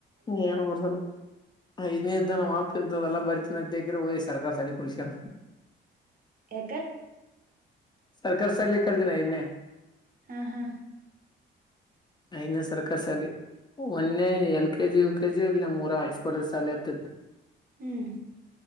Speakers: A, on the left (about 20°); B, on the right (about 45°).
A: ಏನ ಬರ್ತಲ್ಲ ಐದನೇ ಇದದ್ದ ನ್ ಆಪಿ ಲ್ಲ ಬರ್ತೀವಿ ಅಂತಕ್ರ ಓದಿ ಸರ್ಕಾರ ಸ ಮನುಷ್ಯ
B: ಎ
A: ಸರ್ಕಾರಿ ಸಾಲ ಕಲ್ಜನ ಇನ್ನೆ
B: ಹಾ ಹಾ
A: ನ ಸರ್ಕಾರ ಸಧ್ಯ ಒಂದೆ ಎಲ್ ಕೆಜಿ ಯು ಕೆಜಿ ಅಲ್ಲಿ ಮೂರ ಹಸ್ಪರ್ ಸಾಲ ಆತಿತ್ತು
B: ಹ್ಮ್